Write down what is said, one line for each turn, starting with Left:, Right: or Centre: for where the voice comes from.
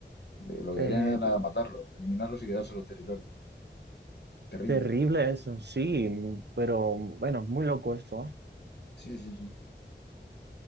Left: Eh, Lo que
Right: Eh,
Left: querían era matarlos, eliminarlos y quedarse los territorios. Terrible.
Right: terrible eso, sí, pero bueno, muy loco esto, ¿ah?
Left: Sí, sí, sí.